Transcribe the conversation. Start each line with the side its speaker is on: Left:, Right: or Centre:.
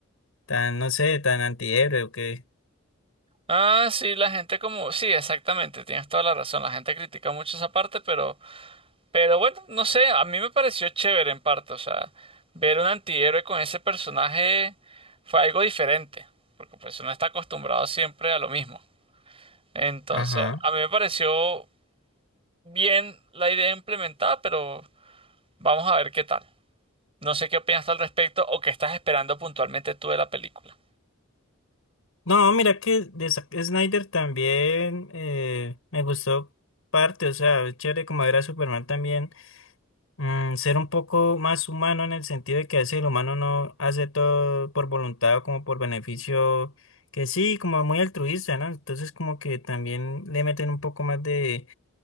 Left: tan, no sé, tan antihéroe o qué.
Right: Ah, sí, la gente como... Sí, exactamente, tienes toda la razón. La gente critica mucho esa parte, pero... Pero bueno, no sé, a mí me pareció chévere en parte. O sea, ver un antihéroe con ese personaje fue algo diferente, porque pues uno está acostumbrado siempre a lo mismo. Entonces,
Left: Ajá.
Right: a mí me pareció bien la idea implementada, pero vamos a ver qué tal. No sé qué opinas tú al respecto o qué estás esperando puntualmente tú de la película.
Left: No, mira que de Zack Snyder también eh, me gustó parte, o sea, es chévere como ver a Superman también mm, ser un poco más humano en el sentido de que a veces el humano no hace todo por voluntad o como por beneficio, que sí, como muy altruista, ¿no? Entonces como que también le meten un poco más de,